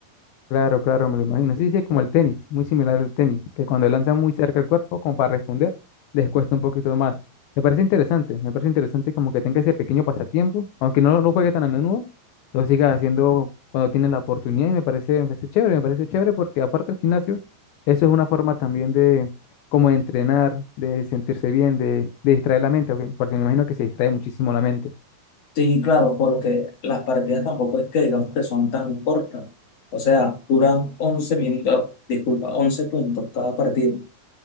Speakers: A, on the left; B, on the left.
A: Claro, claro, me lo imagino. Sí, sí, como el tenis, muy similar al tenis, que cuando lanzan muy cerca el cuerpo, como para responder, les cuesta un poquito más. Me parece interesante, me parece interesante como que tenga ese pequeño pasatiempo, aunque no lo juegue tan a menudo, lo siga haciendo cuando tiene la oportunidad y me parece, me parece chévere, me parece chévere porque aparte del gimnasio, eso es una forma también de como de entrenar, de sentirse bien, de, de distraer la mente, ok, Porque me imagino que se distrae muchísimo la mente.
B: Sí, claro, porque las partidas tampoco es que digamos que son tan cortas. O sea, duran 11 minutos, disculpa, 11 puntos cada partido.